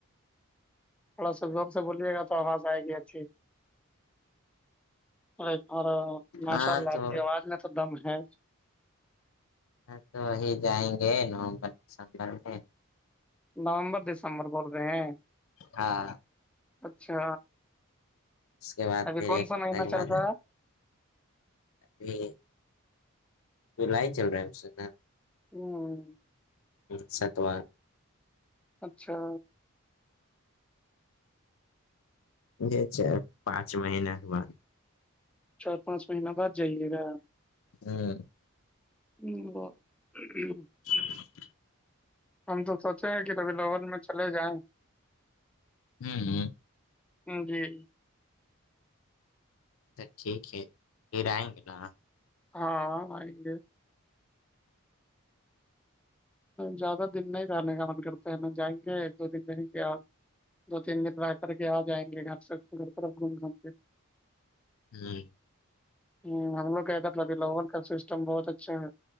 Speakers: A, in the centre; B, on the left (about 70°).
A: تھوڑا دم سے بولیے گا تو آواز آئے گی اچھی اور ماشاء
B: ہاں
A: اللہ
B: تو
A: آپ کی آواز میں تو دم ہے
B: ہاں تو وہی جائیں گے نومبر دسمبر میں
A: نومبر دسمبر بول رہے ہیں
B: ہاں
A: اچھا
B: اس کے بعد
A: ابھی
B: پھر
A: کون
B: ایک
A: سا
B: ہفتہ
A: مہینہ
B: کے
A: چل
B: بعد
A: رہا ہے
B: <unintelligible> جلی چل رہا ہے اس سے نا
A: <unintelligible>
B: پھر سے تو
A: اچھا
B: یہ چ پانچ مہینہ کے بعد
A: چار پانچ مہینہ بعد جائیے گا
B: ہوں
A: <unintelligible>
B: <unintelligible>
A: ہم تو سوچے ہیں کہ تبھی لگن میں چلے جائیں
B: ہمم
A: جی
B: ا ٹھیک ہے پھر آئیں گے نا
A: ہاں ہم آئیگے زیادہ دن نہیں رہنے کا من کرتا ہے ن جائیں گے ایک دو دن رہیں گے آپ دو تین دن رہ کر کے آ جائیں گے گھر سے گھوم گھوم کے
B: ہمم
A: ہ ہم لوگ کادرلبھی لوول کا سسٹم بہت اچھا ہے